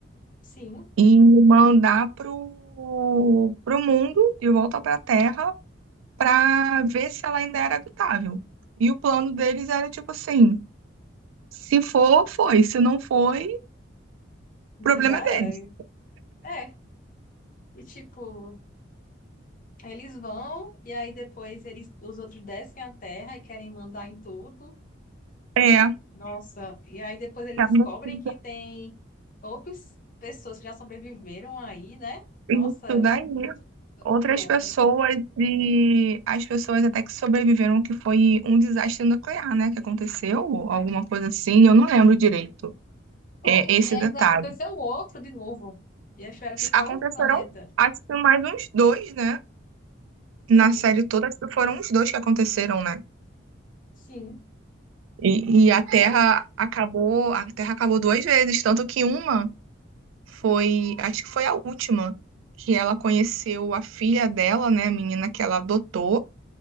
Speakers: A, on the left; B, on the right.
A: Sim,
B: e mandar pro, pro mundo, de volta para a Terra, para ver se ela ainda era habitável. E o plano deles era tipo assim: se for, foi, se não foi, problema
A: já
B: é deles.
A: era. É. E tipo. Eles vão e aí depois eles, os outros descem a terra e querem mandar em tudo.
B: É,
A: Nossa, e aí depois eles
B: tendo
A: descobrem
B: que
A: que tem outras pessoas que já sobreviveram aí, né? Nossa,
B: isso daí.
A: muito louca, muito
B: Outras
A: louca.
B: pessoas e as pessoas até que sobreviveram, que foi um desastre nuclear, né? Que aconteceu, alguma coisa assim, eu não lembro direito,
A: Foi,
B: é, esse
A: e ainda
B: detalhe.
A: aconteceu outro de novo. E eles tiveram que ir para
B: Aconteceram,
A: outro planeta.
B: acho que mais uns dois, né? Na
A: Sim,
B: série toda foram os dois que aconteceram, né?
A: sim,
B: E, e a Terra
A: foi.
B: acabou, a Terra acabou duas vezes, tanto que uma foi, acho que foi a última, que ela conheceu a filha dela, né, a menina que ela adotou,